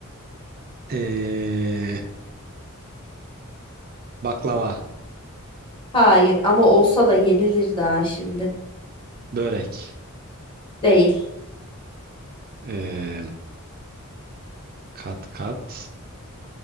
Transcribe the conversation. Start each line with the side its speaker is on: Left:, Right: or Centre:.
Right: Ee, baklava,
Left: Hayır ama olsa da yenilir daha şimdi.
Right: börek,
Left: Değil.
Right: ee, kat kat